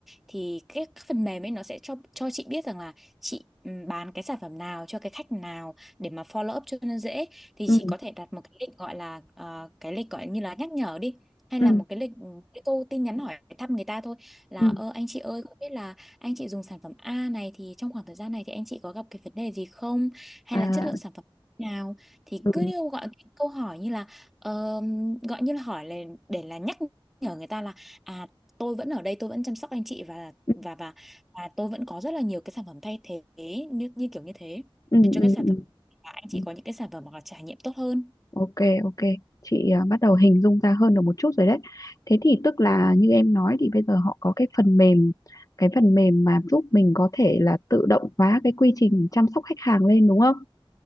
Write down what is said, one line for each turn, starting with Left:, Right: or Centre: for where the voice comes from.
Centre: thì cái phần mềm ấy nó sẽ cho cho chị biết rằng là chị ừ, bán cái sản phẩm nào cho cái khách nào để mà follow up cho nó dễ thì
Left: Ừ,
Centre: chị có thể đặt một cái lịch gọi là ờ, cái lịch gọi như là nhắc nhở đi hay
Left: ừ,
Centre: là một cái lịch ừ, cái câu tin nhắn hỏi thăm người ta thôi là
Left: ừ.
Centre: ơ anh chị ơi không biết là anh chị dùng sản phẩm A này thì trong khoảng thời gian này thì anh chị có gặp cái vấn đề gì không hay
Left: À,
Centre: là chất lượng sản phẩm nào thì
Left: ừ,
Centre: cứ như gọi cái câu hỏi như là ờ, gọi như là hỏi là để là nhắc nhở người ta là à tôi vẫn ở đây tôi vẫn chăm sóc anh chị và
Left: ừ,
Centre: và và và tôi vẫn có rất là nhiều cái sản phẩm thay thế như như kiểu như thế
Left: ừ,
Centre: để cho cái
Left: ừ.
Centre: sản
Left: ừ,
Centre: phẩm và anh chị
Left: ừ.
Centre: có những cái sản phẩm hoặc là trải nghiệm tốt hơn
Left: Ok, ok. Chị à, bắt đầu hình dung ra hơn được một chút rồi đấy. Thế thì tức là như em nói thì bây giờ họ có cái phần mềm, cái phần mềm mà giúp mình có thể là tự động hóa cái quy trình chăm sóc khách hàng lên đúng không?